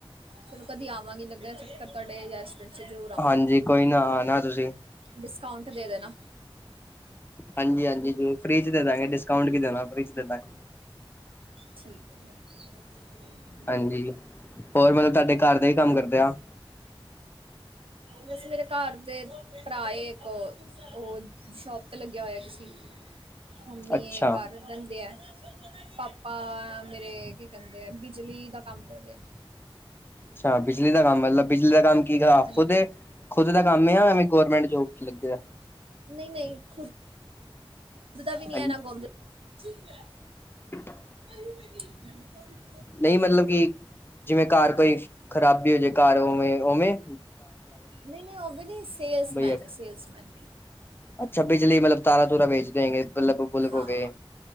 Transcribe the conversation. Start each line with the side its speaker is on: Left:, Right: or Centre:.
Right: ਚਲੋ ਕਦੀ ਆਵਾਂਗੀ ਲੱਗਿਆ ਚੱਕਰ ਤੁਹਾਡੇ ਰੈਸਟੋਰੈਂਟ 'ਚ ਜ਼ਰੂਰ
Left: ਹਾਂਜੀ ਕੋਈ ਨਾ ਆਣਾ ਤੁਸੀਂ
Right: ਡਿਸਕਾਊਂਟ ਦੇ ਦੇਣਾ
Left: ਹਾਂਜੀ ਹਾਂਜੀ ਜੋ ਫ੍ਰੀ ਚ ਦੇ ਦਾਂਗੇ, ਡਿਸਕਾਊਂਟ ਕੀ ਦੇਣਾ ਫ੍ਰੀ ਚ ਦੇ ਦਾਂਗੇ
Right: ਠੀਕ ਹੈ ਠੀਕ
Left: ਹਾਂਜੀ ਹੋਰ ਮਤਲਬ ਤੁਹਾਡੇ ਘਰ ਦਾ ਹੀ ਕੰਮ ਕਰਦੇ ਆ
Right: ਬਸ ਮੇਰੇ ਘਰ ਦੇ ਭਰਾ ਏਕ ਉਹ ਸ਼ੋਪ ਤੋਂ ਲੱਗਿਆ ਹੋਇਆ ਕਿਸੀ ਮੰਮੀ
Left: ਅੱਛਾ
Right: ਇਹ ਕਰ ਦੰਦੇ ਹੈ ਪਾਪਾ ਪਾਂਵਾ ਮੇਰੇ ਕਿ ਕੈਂਦੇ ਆ ਬਿਜਲੀ ਦਾ ਕੰਮ ਕਰਦੇ ਐ
Left: ਛਾ ਬਿਜਲੀ ਦਾ ਕੰਮ ਮਤਲਬ ਬਿਜਲੀ ਦਾ ਕੰਮ ਕੀ ਕਰਾਂ
Right: ਹਾਂਜੀ
Left: ਖੁਦ ਖੁਦ ਦਾ ਕੰਮ ਐ ਔਵੇਂ ਗੌਰਰਮੈਂਟ ਜੋਬ ਚ ਲੱਗੇ ਆ।
Right: ਨਈ- ਨਈ ਖੁਦ ਜਿ ਦਾ ਵੀ ਨੀ
Left: ਹਾਂਜੀ
Right: ਐ ਨਾ ਗੋਮ ਜੋ। ਠਿਕੈ,
Left: <unintelligible>
Right: ਹਾਂ <unintelligible>
Left: ਨਈ, ਮਤਲਬ ਕਿ ਜਿਵੇਂ ਘਰ ਕੋਈ ਖ਼ਰਾਬੀ ਹੋ ਜੇ ਘਰ ਔਂਵੇ -ਔਂਵੇ
Right: ਨਈ -ਨਈ ਔ ਵੇ ਨੀ ਸੇਲਸਮੈਨ-
Left: ਬਈ
Right: ਸੇਲਸਮੈਨ
Left: ਅੱਛਾ ਬਿਜਲਈ ਮਲਬ ਤਾਰ ਤਾਂ ਵੇ ਜਿਦਾ ਹੋਗੇ ਬਲਬ ਬੁਲਬ
Right: ਹਾਂ
Left: ਹੋ ਗੇ